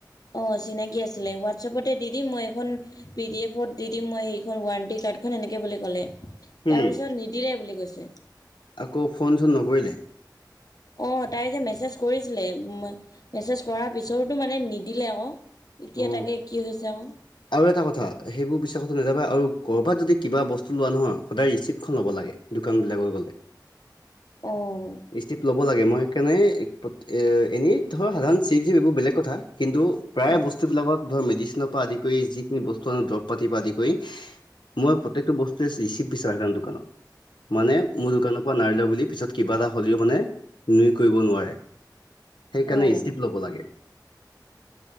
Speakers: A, on the left; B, on the left.
A: অঁ চিনাকি আছিলে হোৱাটছআপতে দি দিম মই এখন পি ডি এফত দি দিম মই সেইখন ৱাৰেণ্টি কাৰ্ডখন সেনেকে বুলি ক'লে
B: উম
A: তাৰ পিছত নিদিলে বুলি কৈছে।
B: আকৌ ফোন চোন নকৰিলে
A: অ তাই যে মেছেজ কৰিছিলে মেছেজ কৰাৰ পিছততো মানে নি- দিলে আৰু এতিয়া
B: অ
A: তাকে কি হৈছে আৰু
B: আৰু এটা কথা সেইবোৰ বিশ্বাসতো নাযাবা আৰু ক'বাত যদি কিবা বস্তু লোৱা নহয় সদায় ৰিচিপ্টখন ল'ব লাগে দোকান বিলাক
A: অ',
B: ষ্টিক লব লাগে মই সেইকাৰণে এ এনেই ধৰ সাধাৰণ চিপ জিপ এইবোৰ বেলেগ কথা কিন্তু প্ৰায়
A: অ',
B: বস্তুবিলাকত ধৰ মেডিচিনৰ পৰা আদি কৰি যিখিনি বস্তু আনো দৰব পাতি পৰা আদি কৰি মই প্ৰতিটো বস্তু ৰে ৰিচিপ বিচাৰ দোকানত মানে মোৰ দোকানৰ পৰা নাই লাৱা বুলি পিছত কিবা এটা হ'লেও মানে নুই কৰিব নোৱাৰে সেইকাৰণে
A: অ', অ'।
B: ষ্টিপ ল'ব লাগে